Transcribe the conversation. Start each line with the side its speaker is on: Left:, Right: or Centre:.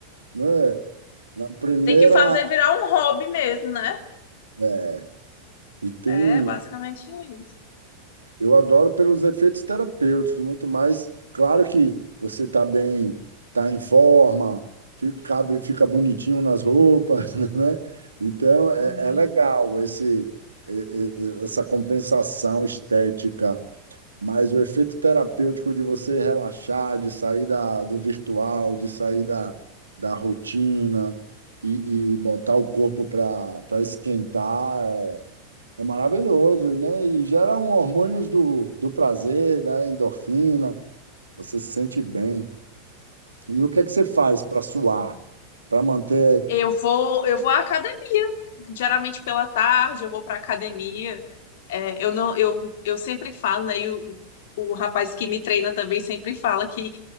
Right: né? Na primeira
Left: Tem que fazer virar um hobby mesmo, né?
Right: é, e tem
Left: É basicamente isso.
Right: Eu adoro pelos efeitos terapêuticos, muito mais. Claro que você está bem, está em forma, fica, cabe, fica bonitinho nas roupas, <laughs> né? Então, é,
Left: Sim.
Right: é legal esse, é- é- é- essa compensação estética, mas o efeito terapêutico de você relaxar, de sair da, do virtual, de sair da, da rotina e, e botar o corpo para para esquentar, é maravilhoso, né? E gera um hormônios do, do prazer, da endorfina, você se sente bem. E o que é que você faz para suar, para manter?
Left: Eu vou, eu vou à academia. Geralmente pela tarde eu vou para academia. É, eu não, eu, eu sempre falo, né? E o, o rapaz que me treina também sempre fala que